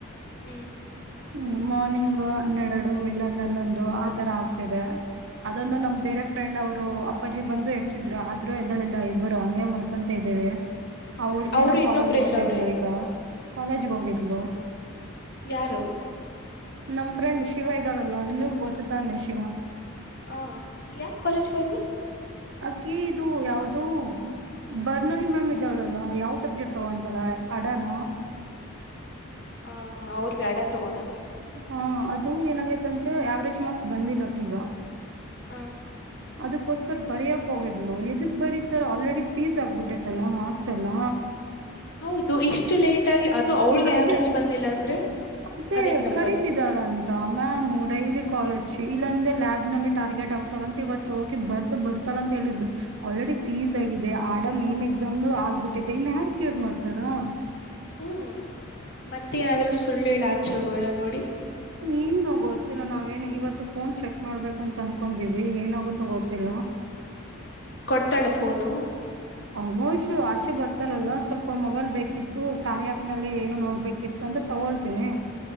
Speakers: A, on the left; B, on the right.
A: ಹ್ಮ್.
B: ಹ್ಮ್ ಮಾರ್ನಿಂಗ್ ಹನ್ನೆರಡು ಇಲ್ಲಾಂದ್ರೆ ಹನ್ನೊಂದು ಆತರ ಆಗ್ತಿದೆ. ಅದನ್ನು ನಮ್ ಬೇರೆ ಫ್ರೆಂಡ್ ಅವ್ರು ಅಪ್ಪಾಜಿ ಬಂದು ಎಬ್ಸಿದ್ರ. ಆದ್ರೂ ಎದ್ದೇಳಿಲ್ಲ ಇಬ್ಬರು ಹಂಗೆ ಮಲ್ಕೊಂತಾ ಇದ್ದೀವಿ. ಆ ಹುಡುಗಿಯೇನೋ
A: ಅವರು ಇನ್ನೊಬ್ರು
B: ಕಾಲೇಜ್ಗೆ
A: ಎಲ್ಲವ್ರೆ
B: ಹೋಗಿದ್ಲು ಈಗ ಕಾಲೇಜ್ಗ್ ಹೋಗಿದ್ಲು.
A: ಯಾರು.
B: ನಮ್ ಫ್ರೆಂಡ್ ಶಿವ ಇದ್ದಾಳಲ್ಲ ನಿನಗೂ ಗೊತ್ತು ತಾನೆ ಶಿವ.
A: ಹಾ ಯಾಕ್ ಕಾಲೇಜ್ಗ್ ಹೋದ್ಲು.
B: ಆಕಿ ಇದು ಯಾವ್ದೋ ಬರ್ನಲ್ಲಿ ಮ್ಯಾಮ್ ಇದಾಳಲ್ಲ ಯಾವ್ ಸಬ್ಜೆಕ್ಟ್ ತಗೊಂತಾಳೆ ಅಡಾನ.
A: ಹಾ ಅವ್ರ್ಗ್ ಎರ್ಡ ತೊಗೋಣೊದು
B: ಹಾ ಅದು ಏನಾಗೈತಂತೆ ಆವ್ರೇಜ್ ಮಾರ್ಕ್ಸ್ ಬಂದಿಲ್ಲ್ ಆಕಿಗ.
A: ಹ್ಮ್.
B: ಅದಕ್ಕೋಸ್ಕರ ಬರಿಯಕ್ ಹೋಗಿದ್ಲು ಎದಕ್ ಬರೀತರ ಆಲ್ರೆಡಿ ಫೀಸ್ ಆಗ್ಬಿಟ್ಟೈತಲ್ಲ ಮಾರ್ಕ್ಸ್ ಎಲ್ಲ.
A: ಹೌದು ಇಷ್ಟು ಲೇಟಾಗಿ ಅದು ಅವಳ್ಗೆ
B: ಅದೇ
A: ಆವರೇಜ್ ಬಂದಿಲ್ಲ ಅಂದ್ರೆ.
B: ಅದೇ
A: ಅದ್ ಹೆಂಗ್ ನಂಬೋದು
B: ಕರೀತಿದ್ದಾರಂತ ಮ್ಯಾಮು ಡೈಲಿ. ಕಾಲೇಜ್ ಇಲ್ಲಂದೆ ಲ್ಯಾಬ್ ನಲ್ಲಿ ಟಾರ್ಗೆಟ್ ಆಗ್ತಾಳಂತೆ ಇವತ್ತು ಹೋಗಿ ಬರ್ದು ಬರ್ತಾಳಂತೆ ಹೇಳಿದ್ಲು ಅಲ್ಲೇ ಫೀಸ್ ಆಗಿದೆ ಆಡ ಮೇನ್ ಎಕ್ಸಾಮ್ ಆಗ್ಬಿಟ್ಟಿದೆ ಇನ್ನ್ಯಾರಿಗ್ ಕೇರ್ ಮಾಡ್ತಾರಾ.
A: ಹ್ಮ್ ಮತ್ತೆ ಏನಾದ್ರೂ ಸುಳ್ಳೇಲ್ ಆಚೆ ಹೋಗೋಳ ನೋಡಿ.
B: ಏನು ಗೊತ್ತಿಲ್ಲ ನಾವೇನ್ ಇವತ್ತು ಫೋನ್ ಚೆಕ್ ಮಾಡ್ಬೇಕಂತ ಅನ್ಕೊಂಡೀವಿ ಏನಾಗುತ್ತೋ ಗೊತ್ತಿಲ್ಲ. <inaudible>
A: ಕೊಡ್ತಾಳ ಫೋನು.
B: ನೋ ಇಶ್ಯೂ ಆಚೆ ಬರ್ತಲ್ಲಲ್ವ ಸ್ವಲ್ಪ ಮೊಬೈಲ್ ಬೇಕಿತ್ತು ಕಾರ್ಯ ಆಪ್ನಲ್ಲಿ ಏನು ನೋಡ್ಬೇಕಿತ್ತು ಅಂತ ತಗೊಳ್ತೀನಿ